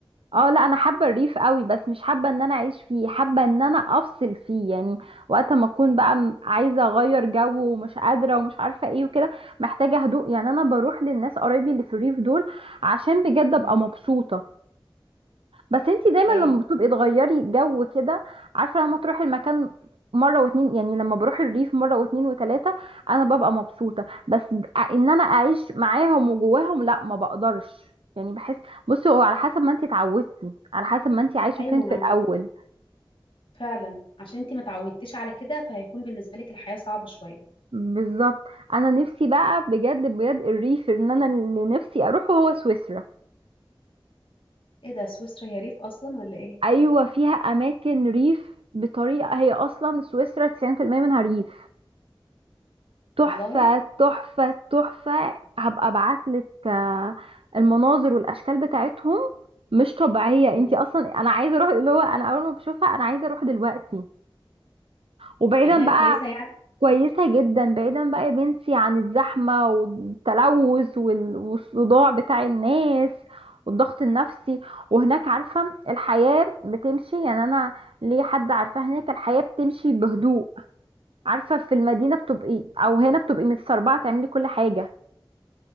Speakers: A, on the right; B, on the left.
A: اه لا انا حابه الريف قوي بس مش حابه ان انا اعيش فيه حابه ان انا افصل فيه يعني وقت ما اكون بقى م- عايزه اغير جو ومش قادره ومش عارفه ايه وكده محتاجه هدوء يعني انا بروح للناس قرايبي اللي في الريف دول عشان بجد ابقى
B: مم.
A: مبسوطه بس انتي دايما
B: ايوه
A: لما بتبقي تغيري جو كده عارفه لما تروحي المكان مره واتنين يعني لما بروح الريف مره واتنين وتلاته انا ببقى مبسوطه بس ان انا اعيش معاهم وجواهم لا ما بقدرش يعني بحس بصي هو على حسب ما انتي اتعودتي على حسب ما انتي عايشه
B: ايوه
A: فين في
B: عم-
A: الاول
B: فعلا عشان انت ما تعودتيش على كده فهيكون بالنسبه لك الحياه صعبه شويه
A: بالظبط انا نفسي بقى بجد بجد الريف ان انا اللي نفسي اروحه هو سويسرا
B: ايه ده سويسرا هي ريف اصلا ولا ايه
A: ايوه فيها اماكن ريف بطريقه هي اصلا سويسرا 90% منها ريف تحفة
B: والله
A: تحفة تحفة هبقى ابعتلك آه، المناظر والاشكال بتاعتهم مش طبيعية
B: مم.
A: انتي اصلا انا عايزة اروح اللي هو انا اول ما بشوفها انا عايزة اروح دلوقتي وبعيدا
B: يعني هي
A: بقى
B: كويسه يعني
A: كويسة جدا بعيدا بقى يا بنتي عن الزحمة والتلوث وال- والصداع بتاع الناس والضغط النفسي وهناك عارفة الحياة بتمشي يعني انا ليه حد عارفة هناك الحياة بتمشي بهدوء عارفة في المدينة بتبقي او هنا بتبقي متسربعة تعملي كل حاجة